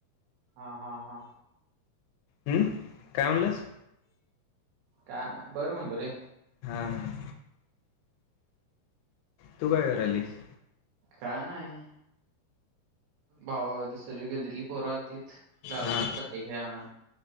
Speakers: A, on the right; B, on the left.
A: हा हा हा
B: हम्म काय म्हणलास?
A: का नाही बरं म्हणलो रे.
B: हां हा. तू काय करायलयीस
A: काय नाही. भावा दुसरी गल्लीतली पोर आलतीत. तीच लागलेलीत
B: हा
A: पत्ते खेळूया म्हणून.